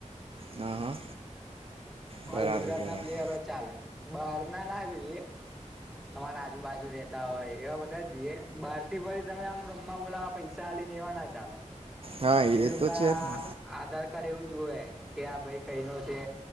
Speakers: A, on the right; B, in the centre.
A: હા હા બરાબર
B: ઓલ ગુજરાત
A: બરાબર
B: ના પ્લેયરો ચાલે. બાર ના ના જોઈએ તમારે આજુબાજુ રેતા હોય એવા બધા જોઈએ બાર. વડી તમે આમ રમવા બોલા પૈસા આલીને દેવા ના ચાલે
A: હા
B: એ લોકા
A: તો છે જ ને.
B: આધાર કાર્ડ એવું જુવે કે આ ભાઈ કઈ ન છે.